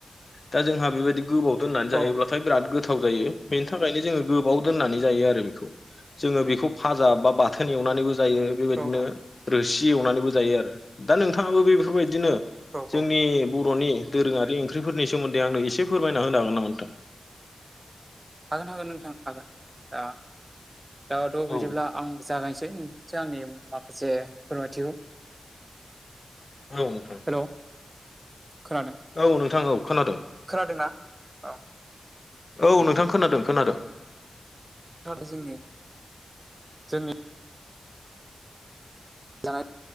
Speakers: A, on the left; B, on the right.
A: दा जोंहा बेबायदि गोबाव दोननानै
B: औ
A: जायोब्ला बिराद गोथाव जायो बेनि थाखायनो जोङो गोबाव दोननानै जायो आरो बिखौ जोङो बेखौ फाजा बा बाथोन एवनानैबो जायो बेबायदिनो
B: औ
A: रोसि एवनानैबो जायो आरो दा नोंथाङाबो बेफोरबायदिनो
B: औ
A: जोंनि
B: औ
A: बर'नि दोरोङारि ओंख्रिफोरनि सोमोन्दै आंनो एसे फोरमायना होनो हागोन नामा नोंथां?
B: हागोन हागोन नोंथां हागोन दा दाथ' बिदिब्ला
A: औ
B: आं जागायनिसै नों आंनि माखासे फोरमायथिखौ
A: औ नोंथां
B: हेल' खोनादों
A: औ नोंथां औ खोनादों
B: खोनादोंना? औ
A: औ नोंथां खोनादों खोनादों
B: <unintelligible> जोंनि जोंनि जानाय